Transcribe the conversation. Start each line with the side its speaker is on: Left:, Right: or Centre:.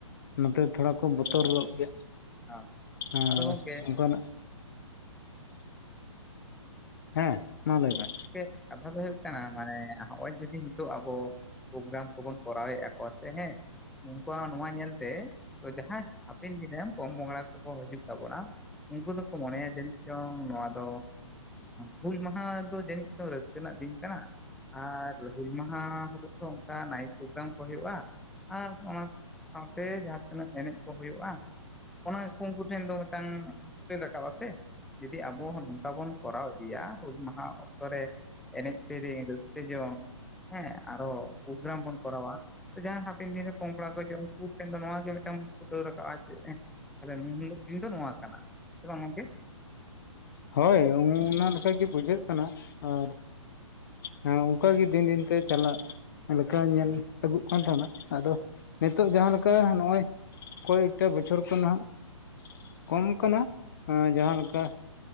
Left: ᱱᱚᱛᱮ ᱛᱷᱚᱲᱟ ᱠᱚ ᱵᱚᱛᱚᱨᱚᱜ ᱜᱮᱭᱟ
Centre: ᱦᱚᱸ
Left: ᱮᱸ
Centre: ᱟᱫᱚ ᱜᱚᱝᱠᱮ
Left: ᱚᱱᱠᱟᱱᱟᱜ ᱦᱮᱸ ᱢᱟ ᱞᱟᱹᱭ ᱢᱮ
Centre: ᱮᱜ ᱠᱟᱛᱷᱟ ᱫᱚ ᱦᱩᱭᱩᱜ ᱠᱟᱱᱟ ᱢᱟᱱᱮ ᱦᱚᱜᱼᱚᱭ ᱡᱩᱫᱤ ᱱᱤᱛᱚᱜ ᱟᱵᱚ ᱯᱨᱳᱜᱨᱟᱢ ᱠᱚᱵᱚᱱ ᱠᱚᱨᱟᱣ ᱮ ᱟᱥᱮ ᱦᱮᱸ ᱱᱚᱝᱠᱟ ᱱᱚᱣᱟ ᱧᱮᱞᱛᱮ ᱡᱟᱦᱟᱸᱭ ᱦᱟᱯᱮᱱ ᱫᱤᱱ ᱨᱮᱱ ᱯᱚᱝ ᱵᱚᱝᱲᱟ ᱠᱚᱠᱚ ᱦᱤᱡᱩᱜ ᱛᱟᱵᱚᱱᱟ ᱩᱱᱠᱩ ᱫᱚ ᱠᱚ ᱢᱚᱱᱮᱭᱟ ᱡᱟᱹᱱᱤᱡ ᱪᱚᱝ ᱱᱚᱣᱟ ᱫᱚ ᱦᱩᱞ ᱢᱟᱦᱟ ᱫᱚ ᱡᱟᱹᱱᱤᱡ ᱪᱚᱝ ᱨᱟᱹᱥᱠᱟᱹ ᱨᱮᱱᱟᱜ ᱫᱤᱱ ᱠᱟᱱᱟ ᱟᱨ ᱦᱩᱞ ᱢᱟᱦᱟ ᱦᱤᱞᱳᱜ ᱫᱚ ᱚᱱᱠᱟ ᱱᱟᱭᱤᱴ ᱯᱨᱳᱜᱨᱟᱢ ᱠᱚ ᱦᱩᱭᱩᱜᱼᱟ ᱟᱨ ᱚᱱᱟ ᱥᱟᱶ ᱛᱮ ᱡᱟᱦᱟᱸ ᱛᱤᱱᱟᱹᱜ ᱮᱱᱮᱡ ᱠᱚ ᱦᱩᱭᱩᱜᱼᱟ ᱚᱱᱟ ᱩᱱᱠᱩ ᱩᱱᱠᱩ ᱴᱷᱮᱱ ᱫᱚ ᱢᱤᱫᱴᱟᱝ ᱯᱷᱩᱴᱮᱞ ᱨᱟᱠᱟᱵᱟ ᱥᱮ ᱡᱩᱫᱤ ᱟᱵᱚ ᱦᱚᱸ ᱱᱚᱝᱠᱟ ᱵᱚᱱ ᱠᱚᱨᱟᱣ ᱤᱫᱤᱭᱟ ᱦᱩᱞ ᱢᱟᱦᱟ ᱚᱠᱛᱚ ᱨᱮ ᱮᱱᱮᱡ ᱥᱮᱨᱮᱧ ᱨᱟᱹᱥᱠᱟᱹ ᱡᱚᱝ ᱦᱮᱸ ᱟᱨᱚ ᱯᱨᱳᱜᱨᱟᱢ ᱵᱚᱱ ᱠᱚᱨᱟᱣᱟ ᱡᱟᱦᱟᱸᱭ ᱦᱟᱯᱮᱱ ᱫᱤᱱ ᱨᱮ ᱯᱚᱝ ᱯᱚᱸᱜᱲᱟ ᱠᱚ ᱡᱚᱢ ᱩᱱᱠᱩ ᱴᱷᱮᱱ ᱫᱚ ᱱᱚᱣᱟ ᱜᱮ ᱢᱤᱫᱴᱟᱝ ᱯᱷᱩᱴᱟᱹᱣ ᱨᱟᱠᱟᱵᱼᱟ ᱡᱮ ᱛᱟᱞᱦᱮ ᱩᱱ ᱦᱤᱞᱳᱜ ᱫᱤᱱ ᱫᱚ ᱱᱚᱣᱟ ᱠᱟᱱᱟ ᱪᱮ ᱵᱟᱝ ᱜᱚᱝᱠᱮ
Left: ᱦᱳᱭ ᱚᱱᱟ ᱞᱮᱠᱟ ᱜᱮ ᱵᱩᱡᱷᱟᱹᱜ ᱠᱟᱱᱟ ᱟᱨ ᱦᱮᱸ ᱚᱱᱠᱟᱜᱮ ᱫᱤᱱ ᱫᱤᱱ ᱛᱮ ᱪᱟᱞᱟᱜᱼᱼ ᱞᱮᱠᱟ ᱧᱮᱞ ᱟᱹᱵᱩᱜ ᱠᱟᱱ ᱛᱟᱦᱮᱱᱟ ᱟᱫᱚ ᱱᱤᱛᱚᱜ ᱡᱟᱦᱟᱸ ᱞᱮᱠᱟ ᱱᱚᱜᱼᱚᱭ ᱠᱚᱭᱴᱟ ᱵᱚᱪᱷᱚᱨ ᱠᱷᱚᱱᱟᱜ ᱠᱚᱢ ᱟᱠᱟᱱᱟ ᱮ ᱡᱟᱦᱟᱸ ᱞᱮᱠᱟ